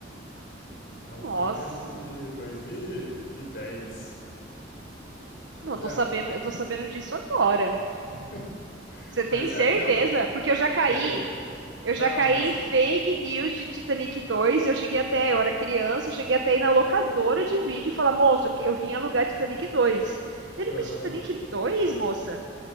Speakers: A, on the left (about 55°); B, on the right (about 70°).
A: É um
B: Nossa.
A: filme, acho que de 2010. Mas
B: Não, eu tô
A: é.
B: sabendo, eu tô sabendo disso agora.
A: <laughs>
B: Você
A: Mas
B: tem certeza?
A: é aquela.
B: Porque eu já caí.
A: Tenho.
B: Eu
A: Não,
B: já caí
A: mas.
B: em fake news de Titanic 2. Eu cheguei até, eu era criança, eu cheguei até aí na locadora de vídeo e falar, moço, eu que- eu vim alugar Titanic 2. Ele,
A: Aham.
B: mas Titanic 2, moça?